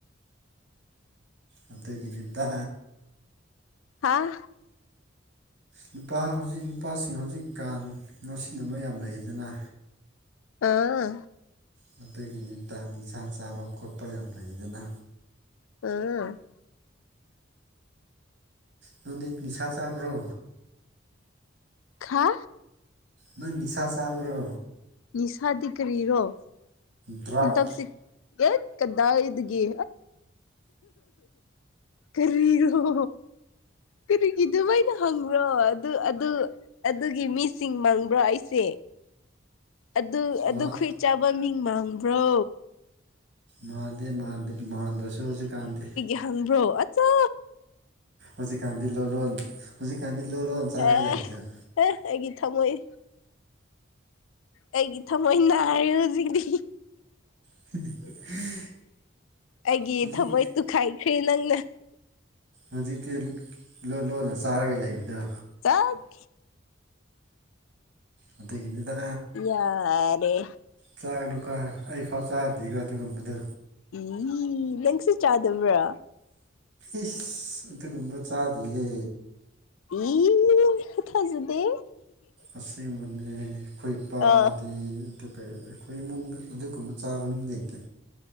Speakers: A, on the right; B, on the left.
A: ꯑꯗꯨꯗꯒꯤꯅꯦ ꯇ
B: ꯍꯥꯥ
A: ꯅꯨꯄꯥ ꯍꯧꯖꯤꯛ ꯅꯨꯄꯥꯁꯤꯡ ꯍꯧꯖꯤꯛꯀꯥꯟ ꯉꯣꯁꯤꯟꯅꯕ ꯌꯥꯝ ꯂꯩꯗꯅ
B: ꯑꯥ
A: ꯄꯤꯇꯩꯒꯤ ꯅꯨꯅꯤ ꯇꯥꯡ ꯅꯤꯁꯥ ꯆꯥꯕ ꯈꯣꯠꯄ ꯌꯥꯝ ꯂꯩꯗꯅ
B: ꯎꯝ
A: ꯅꯪꯗꯤ ꯅꯤꯁꯥ ꯆꯥꯕ꯭ꯔꯣ
B: ꯈꯥ
A: ꯅꯪ ꯅꯤꯁꯥ ꯆꯥꯕ꯭ꯔꯣ
B: ꯅꯤꯁꯥꯗꯤ ꯀꯔꯤꯔꯣꯇꯁꯤ
A: ꯗ꯭ꯔꯛ
B: ꯌꯦꯠ ꯀꯗꯥ ꯏ ꯑꯗꯨꯒ ꯀꯔꯤꯔꯣ ꯀꯔꯤꯒꯤꯗ ꯃꯥꯏꯅ ꯍꯪꯕ꯭ꯔꯣ ꯑꯗꯨ ꯑꯗꯨ ꯑꯗꯨꯒꯤ ꯃꯤꯁꯤꯡ ꯃꯪꯕ꯭ꯔꯣ ꯑꯩꯁꯦ ꯑꯗꯨ ꯑꯗꯨꯈꯏ
A: ꯃꯥ
B: ꯆꯥꯕ ꯃꯤꯡ ꯃꯥꯡꯕ꯭ꯔꯣ
A: ꯃꯥꯟꯗꯦ ꯃꯥꯟꯗꯦ ꯃꯥꯟꯗ꯭ꯔꯁꯨ ꯍꯧꯖꯤꯛꯀꯥꯟꯗꯦ
B: ꯍꯪ꯭ꯔꯣ ꯑꯠꯆꯥ
A: ꯍꯧꯖꯤꯛꯀꯥꯟꯗꯤ ꯂꯂꯣꯟ ꯍꯧꯖꯤꯛꯀꯥꯟꯗꯤ ꯂꯂꯣꯟꯣꯟ ꯆꯥꯔꯒ
B: ꯑꯦ
A: ꯂꯩꯕꯗꯣ
B: ꯑꯦ ꯑꯩꯒꯤꯠ ꯊꯃꯣꯏ ꯑꯩꯒꯤ ꯊꯃꯣꯏ ꯅꯥꯔꯦ ꯍꯧꯖꯤꯛꯇꯤ
A: <inaudible> <inaudible>
B: ꯑꯩꯒꯤ
A: ꯍꯧꯖꯤꯛ
B: ꯊꯃꯣꯏ ꯇꯨꯈꯥꯏꯈ꯭ꯔꯦ ꯅꯪꯅ
A: ꯍꯧꯖꯤꯛꯇꯤ ꯂꯣꯟ ꯂꯣꯟꯅ ꯆꯥꯔꯒ ꯂꯩꯕꯗ
B: ꯆꯥꯛ
A: ꯑꯗꯨꯗꯒꯤꯅꯤꯗ
B: ꯌꯥꯔꯦ
A: ꯆꯥꯒꯅꯨꯀ ꯑꯩ ꯐꯥꯎ ꯆꯥꯔꯗꯤꯒ ꯑꯗꯨꯒꯨꯝꯕꯗꯣ
B: ꯏ ꯅꯪꯁꯤꯠ ꯆꯥꯗꯕ꯭ꯔꯥ
A: ꯏꯁ ꯑꯗꯨꯒꯨꯝꯕ ꯆꯥꯗꯤꯌꯦ
B: ꯏ ꯈ ꯊꯖꯗꯦ
A: ꯑꯁꯦꯡꯕꯅꯤ ꯈꯣꯏ ꯄꯗꯤ
B: ꯑ
A: ꯑꯩꯈꯣꯏ ꯏꯃꯨꯡꯗ ꯑꯗꯨꯒꯨꯝꯕ ꯆꯥꯕ ꯃꯤ ꯂꯩꯇꯦ